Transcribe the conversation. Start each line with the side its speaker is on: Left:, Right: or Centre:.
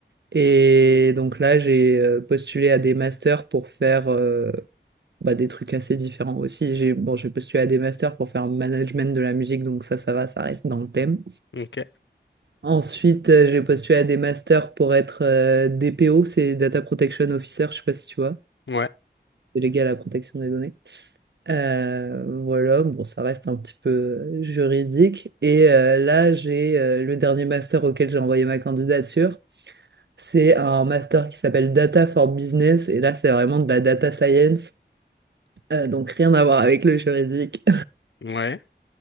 Right: Et donc là, j'ai euh, postulé à des masters pour faire... euh, bah, des trucs assez différents aussi. J'ai bon, j'ai postulé à des masters pour faire management de la musique, donc ça, ça va, ça reste dans le thème.
Left: Ok,
Right: Ensuite, euh, j'ai postulé à des masters pour être euh, DPO, c'est Data Protection Officer, je sais pas si tu vois,
Left: ouais,
Right: délégué à la protection des données. Euh, voilà, bon, ça reste un petit peu euh, juridique. Et euh, là, j'ai euh, le dernier master auquel j'ai envoyé ma candidature. C'est un master qui s'appelle Data for Business. Et là, c'est vraiment de la data science. Euh, donc, rien à voir avec le juridique.
Left: ouais,